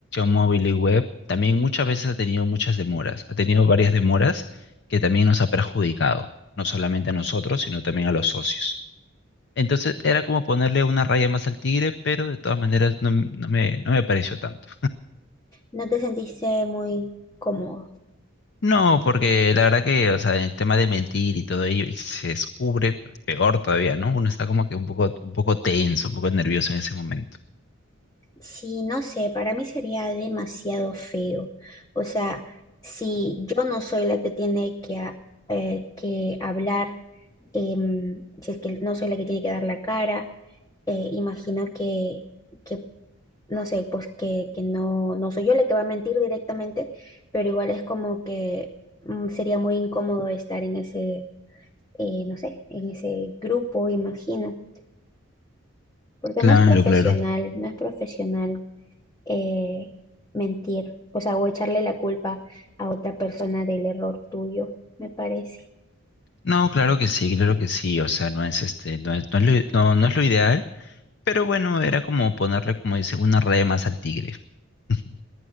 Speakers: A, on the left; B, on the left.
A: móvil y web, también muchas veces ha tenido muchas demoras, ha tenido varias demoras que también nos ha perjudicado, no solamente a nosotros, sino también a los socios. Entonces era como ponerle una raya más al tigre, pero de todas maneras no, m- no me, no me pareció tanto.
B: ¿No te sentiste muy cómodo?
A: No, porque la verdad que, o sea, el tema de mentir y todo ello, y si se descubre, pe- peor todavía, ¿no? Uno está como que un poco, un poco tenso, un poco nervioso en ese momento.
B: Sí, no sé, para mí sería demasiado feo. O sea, si yo no soy la que tiene que, a- eh, que hablar, em, si es que no soy la que tiene que dar la cara, eh, imagino que, que, no sé, pues que, que no, no soy yo la que va a mentir directamente, pero igual es como que mm, sería muy incómodo estar en ese eh, no sé, en ese grupo, imagino, porque
A: Claro,
B: no es profesional,
A: claro.
B: no es profesional eh, mentir, o sea, o echarle la culpa a otra persona del error tuyo, me parece.
A: No, claro que sí, claro que sí. O sea, no es este, no es, no es lo, no, no es lo ideal, pero bueno, era como ponerle, como dice, una raya más al tigre. <laughs>